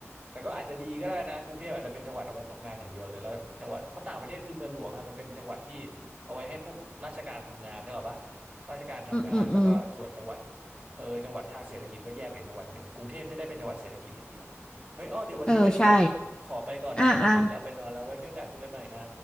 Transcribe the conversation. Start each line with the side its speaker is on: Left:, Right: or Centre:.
Right: แต่ก็อาจจะดีก็ได้นะกรุงเทพอาจจะเป็นจังหวัดเอาไว้ทำงานอย่างเดียวเลยแล้วจังหวัดเพราะต่างประเทศคือเมืองหลวงอ่ะมันเป็นจังหวัดที่เอาไว้ให้พวกราชการทำงานเนกอะปะข้าราชการทำงานแล้วก็ส่วนจังหวัด
Left: <laughs> อืมอืมอืม
Right: เออจังหวัดทางเศรษฐกิจก็แยกเป็นจังหวัดหนึ่งกรุงเทพจะได้เป็นจังหวัดเศรษฐกิจอย่างเดียวเฮ้ยอ้อเดี๋ยววันนี้เบนขอ
Left: เออใช่
Right: ขอไปก่อนนะเพราะมันดึกแล้วไปนอนแล้วไว้มีโอกาสคุยกันใหม่นะ
Left: อ่าอ่า